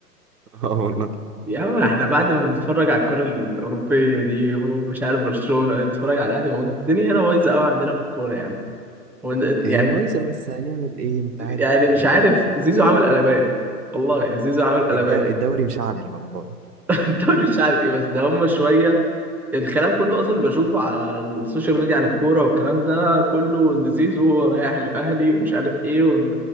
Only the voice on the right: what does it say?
اه والله
هي
بايظه بس هنعمل ايه انت عارف
يعني
الد- الدوري مشعل والله